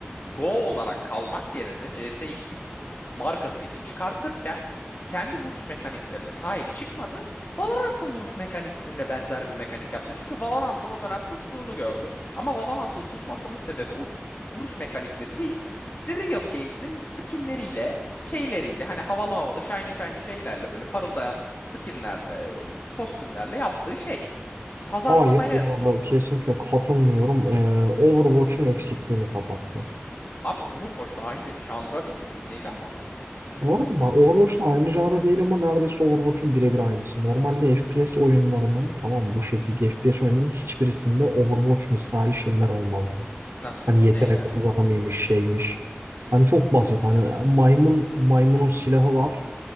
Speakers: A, on the left (about 45°); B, on the right (about 80°).
A: Go olarak kalmak yerine cs iki markasıyla çıkartırken kendi vuruş mekaniklerine sahip çıkmadı. Valorant'ın vuruş mekaniklerine benzer bir mekanik yaptı. Çünkü Valorant'ın o dönem tuttuğunu gördü. Ama Valorant'ın tutmasının sebebi o vuruş mekanikleri değil. İşte Riot Games'in skinleriyle, şeyleriyle hani havalı havalı shiny shiny şeylerle böyle parıldayan skinlerle, kostümlerle yaptığı şey. Pazarlamaya
B: Hayır bu arada
A: tuttu.
B: kesinlikle katılmıyorum. Ee, Overwatch'un eksikliğini kapattı.
A: Abi Overwatch'la aynı janra bile değil. Neyden bahsediyorsun sen?
B: Bu arada bak Overwatch'la aynı janra değil ama neredeyse Overwatch'un birebir aynısı. Normalde FPS oyunlarının tamam bu şekilde FPS oyunlarının hiçbirisinde Overwatch misali şeyler olmazdı.
A: Nasıl?
B: Hani yetenek
A: Neyle?
B: kullanımıymış şeymiş. Hani çok basit hani maymun maymunun silahı var.